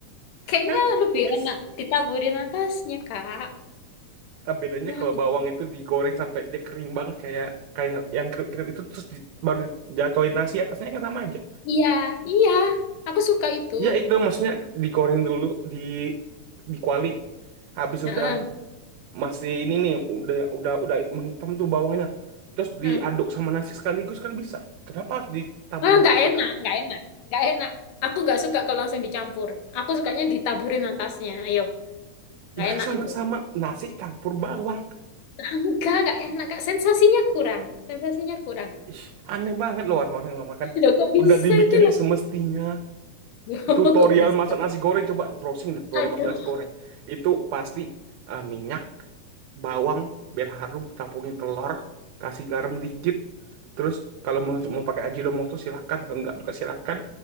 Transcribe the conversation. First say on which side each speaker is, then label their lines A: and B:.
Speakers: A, on the left; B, on the right.
A: Kayaknya
B: kan
A: lebih
B: bis-
A: enak ditaburin atasnya, Kak.
B: Ah, bedanya
A: Wah,
B: kalau bawang itu digoreng sampai dia kering banget kayak kayak yang kriuk-kriuk itu terus di- baru jatuhin nasi atasnya kan sama aja.
A: Iya, iya, aku suka itu.
B: Ya itu maksudnya digoreng dulu di di kuali. Habis
A: Heeh,
B: udah masih ini nih udah udah udah menghitam tuh bawangnya. Terus diaduk
A: heeh.
B: sama nasi sekaligus kan bisa. Kenapa harus ditabur
A: Ah, nggak
B: berbeda?
A: enak, nggak enak, nggak enak. Aku nggak suka kalau langsung dicampur. Aku sukanya ditaburin atasnya. Ayo, nggak
B: Ya
A: enak
B: kan sama-sama
A: itu.
B: nasi campur bawang.
A: Enggak, enggak enak, Kak. Sensasinya kurang. Sensasinya kurang.
B: Ih, aneh banget loh orang-orang yang makan.
A: Loh, kok bisa
B: Udah dibikin
A: itu loh?
B: semestinya
A: <laughs> Loh,
B: tutorial
A: kok bisa?
B: masak nasi goreng coba browsing deh tutorial
A: Aduh,
B: masak nasi goreng itu pasti eh, minyak bawang biar harum campurin telur kasih garam dikit terus kalau mau, mau pakai Ajinomoto silakan kalau enggak juga silakan